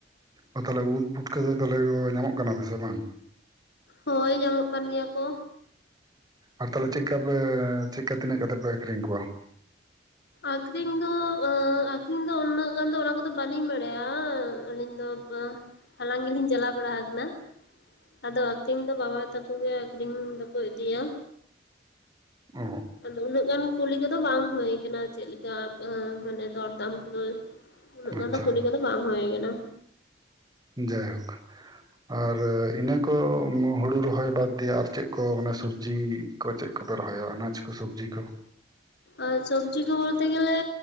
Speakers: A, on the right; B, on the left.
A: ᱚ ᱛᱟᱦᱚᱞᱮ ᱩᱫ ᱯᱩᱴᱠᱟᱹ ᱫᱚ ᱛᱟᱞᱦᱮ ᱠᱚ ᱧᱟᱢᱚᱜ ᱠᱟᱱᱟ ᱥᱮ ᱵᱟᱝ
B: ᱦᱳᱭ ᱧᱟᱢᱚᱜ ᱠᱟᱱ ᱜᱤᱭᱟ ᱠᱚ
A: ᱟᱨ ᱛᱟᱞᱦᱮ ᱪᱮᱫᱠᱟ ᱯᱮ ᱪᱮᱫᱠᱟ ᱛᱤᱱᱟᱹᱜ ᱠᱟᱛᱮᱫ ᱯᱮ ᱟᱠᱷᱨᱤᱧ ᱠᱚᱣᱟ
B: ᱟᱠᱷᱨᱤᱧ ᱫᱚ ᱟᱠᱷᱨᱤᱧ ᱫᱚ ᱩᱱᱟᱹᱜ ᱜᱟᱱ ᱫᱚ ᱚᱱᱟ ᱠᱚᱫᱚ ᱵᱟᱹᱞᱤᱧ ᱵᱟᱲᱟᱭᱟ ᱟᱹᱞᱤᱧ ᱫᱚᱼᱼ ᱦᱟᱞᱟᱝ ᱜᱮᱞᱤᱧ ᱪᱟᱞᱟᱣ ᱵᱟᱲᱟᱣ ᱠᱟᱱᱟ ᱟᱫᱚ ᱟᱠᱷᱨᱤᱧ ᱫᱚ ᱵᱟᱵᱟ ᱛᱟᱠᱚ ᱜᱮ ᱟᱠᱷᱨᱤᱧ ᱫᱚᱠᱚ ᱤᱫᱤᱭᱟ
A: ᱚᱻ
B: ᱟᱫᱚ ᱩᱱᱟᱹᱜ ᱜᱟᱱ ᱠᱩᱞᱤ ᱠᱚᱫᱚ ᱵᱟᱝ ᱦᱩᱭ ᱠᱟᱱᱟ ᱪᱮᱫ ᱞᱮᱠᱟ ᱢᱟᱱᱮ ᱫᱚᱨᱫᱟᱢ ᱠᱚᱫᱚ ᱩᱱᱟᱹᱜ ᱜᱟᱱ
A: ᱟᱪᱪᱷᱟ
B: ᱫᱚ ᱠᱩᱞᱤ ᱠᱚᱫᱚ ᱵᱟᱝ ᱦᱩᱭ ᱠᱟᱱᱟ
A: ᱡᱟᱭᱦᱳᱠ ᱟᱨ ᱤᱱᱟᱹ ᱠᱚ ᱦᱩᱲᱩ ᱨᱚᱦᱚᱭ ᱵᱟᱫ ᱫᱤᱭᱮ ᱟᱨ ᱪᱮᱜ ᱠᱚ ᱢᱟᱱᱮ ᱥᱚᱵᱡᱤ ᱠᱚ ᱪᱮᱫ ᱠᱚᱯᱮ ᱨᱚᱦᱚᱭᱟ ᱟᱱᱟᱡᱽ ᱠᱚ ᱥᱚᱵᱡᱤ ᱠᱚᱼᱼ
B: ᱟᱨ ᱥᱚᱵᱡᱤ ᱠᱚ ᱵᱚᱞᱛᱮ ᱜᱮᱞᱮ